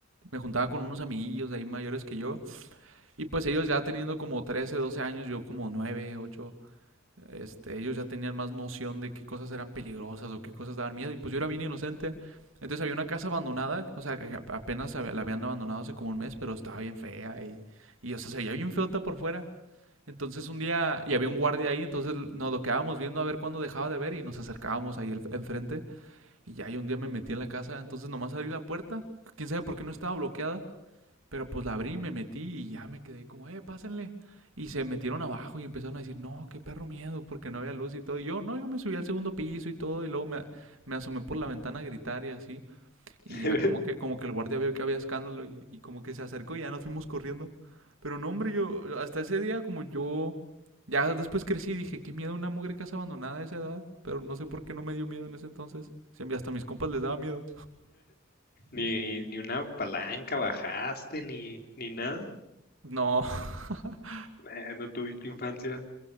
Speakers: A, on the right; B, on the left.
A: me juntaba con unos amiguillos ahí mayores que yo. Y pues ellos ya teniendo como 13 12 años, yo como 9 ocho este, ellos ya tenían más noción de qué cosas eran peligrosas o qué cosas daban miedo. Y pues yo era bien inocente. Entonces había una casa abandonada, o sea, que apenas la habían abandonado hace como un mes, pero estaba bien fea y, y o sea, se veía bien feota por fuera. Entonces un día, y había un guardia ahí, entonces nos lo quedábamos viendo a ver cuándo dejaba de ver y nos acercábamos ahí el- enfrente. Y ya, y un día me metí en la casa, entonces nomás abrí la puerta. Quién sabe por qué no estaba bloqueada, pero pues la abrí, me metí y ya me quedé ahí como, eh, pásenle. Y se metieron abajo y empezaron a decir, no, qué perro miedo, porque no había luz y todo. Y yo, no, yo me subí al segundo piso y todo, y luego me, me asomé por la ventana a gritar y así. Y
B: <laughs>
A: ya como que, como que el guardia vio que había escándalo y, y como que se acercó y ya nos fuimos corriendo. Pero no, hombre, yo hasta ese día como yo... Ya después crecí y dije, qué miedo una mugre casa abandonada a esa edad. Pero no sé por qué no me dio miedo en ese entonces. Si hasta a mis compas les daba miedo.
B: Ni, ni una palanca bajaste, ni, ni nada.
A: No. <laughs>
B: Eh, no tuviste infancia.